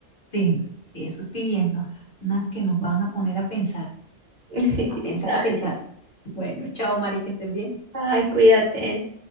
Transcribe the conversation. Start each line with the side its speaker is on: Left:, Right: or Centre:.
Left: sí, sí, eso estoy viendo. Más que nos van a poner a pensar,
Right: <laughs>
Left: a pensar,
Right: Dale.
Left: a pensar. Bueno, chao, Mari, que estés bien.
Right: Ay, cuídate.